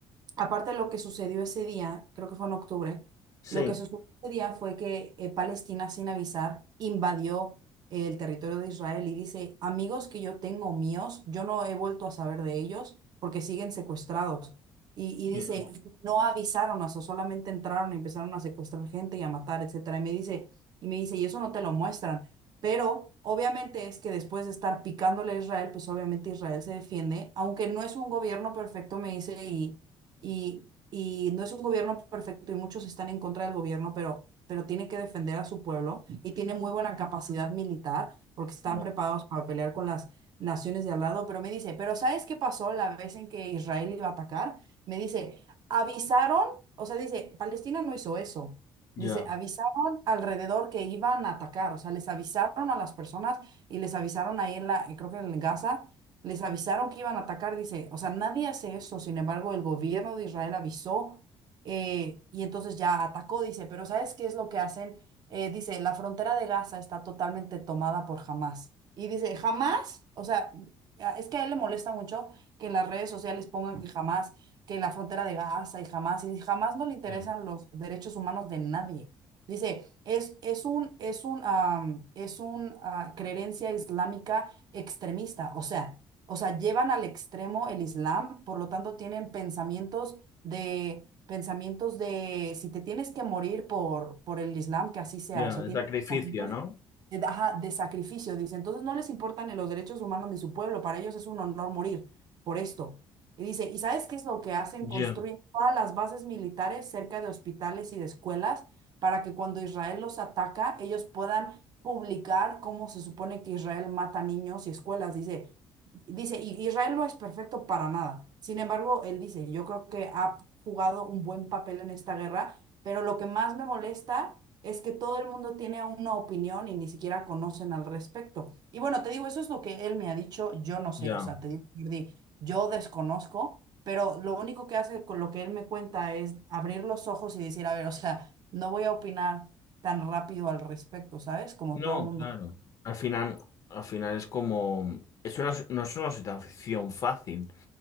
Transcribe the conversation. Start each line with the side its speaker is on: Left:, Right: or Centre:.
Right: Aparte de lo que sucedió ese día, creo que fue en octubre,
Left: sí,
Right: lo que sucedió ese día fue que eh, Palestina, sin avisar, invadió eh, el territorio de Israel y dice, amigos que yo tengo míos, yo no he vuelto a saber de ellos porque siguen secuestrados. Y, y
Left: ya,
Right: dice, no avisaron, o sea, solamente entraron y empezaron a secuestrar gente y a matar, etcétera. Y me dice, y me dice, y eso no te lo muestran. Pero obviamente es que después de estar picándole a Israel, pues obviamente Israel se defiende, aunque no es un gobierno perfecto, me dice, y y, y no es un gobierno perfecto y muchos están en contra del gobierno, pero, pero tiene que defender a su pueblo y tiene muy buena capacidad militar porque están
Left: ya,
Right: preparados para pelear con las naciones de al lado. Pero me dice, ¿pero sabes qué pasó la vez en que Israel iba a atacar? Me dice, avisaron, o sea, dice, Palestina no hizo eso.
Left: ya,
Right: Dice, avisaron alrededor que iban a atacar, o sea, les avisaron a las personas y les avisaron ahí en la, creo que en Gaza, les avisaron que iban a atacar, dice, o sea, nadie hace eso, sin embargo, el gobierno de Israel avisó eh, y entonces ya atacó, dice, pero ¿sabes qué es lo que hacen? Eh, dice, la frontera de Gaza está totalmente tomada por Hamás. Y dice, Hamás, o sea, a- es que a él le molesta mucho que en las redes sociales pongan que Hamás, que la frontera de Gaza y Hamás, y jamás no le interesan
Left: ya,
Right: los derechos humanos de nadie. Dice, es, es un, es un, am, es un, ah, creencia islámica extremista, o sea o sea, llevan al extremo el Islam, por lo tanto tienen pensamientos de, pensamientos de si te tienes que morir por, por el Islam, que así sea,
Left: ya,
Right: o sea,
Left: el
Right: tienen
Left: sacrificio,
Right: pensamientos
Left: ¿no?
Right: eh, ajá, de sacrificio, dice. Entonces no les importan ni los derechos humanos ni su pueblo, para ellos es un honor morir por esto. Y dice, ¿y sabes qué es lo que hacen?
Left: Ya,
Right: Construyen todas las bases militares cerca de hospitales y de escuelas para que cuando Israel los ataca, ellos puedan publicar cómo se supone que Israel mata niños y escuelas. Dice, dice, "Y Israel no es perfecto para nada. Sin embargo, él dice, yo creo que ha jugado un buen papel en esta guerra, pero lo que más me molesta es que todo el mundo tiene una opinión y ni siquiera conocen al respecto. Y bueno, te digo, eso es lo que él me ha dicho, yo no sé,
Left: ya.
Right: o sea, te digo, Jordi, yo desconozco, pero lo único que hace con lo que él me cuenta es abrir los ojos y decir, a ver, o sea, no voy a opinar tan rápido al respecto, ¿sabes? Como
Left: No,
Right: todo mundo.
Left: claro. Al final, al final es como, es una, no es una situación fácil.